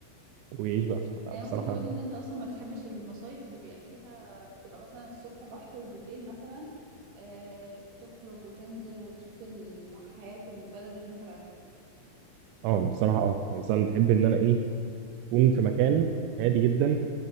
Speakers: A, on the right; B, on the right.
A: ويعيش بقى في- لا،
B: يعني
A: بصراحه
B: ممكن نقول
A: أنا-
B: ان انت اصلا ما بتحبش المصايف اللي بيبقى فيها بتبقى مثلا الصبح بحر وبالليل مثلا آه تخرج وتنزل وتشوف ال- حياة البلد اللي انت رايحها
A: اه بصراحه اه يعني مثلا بحب ان انا ايه اكون في مكان هادي جدا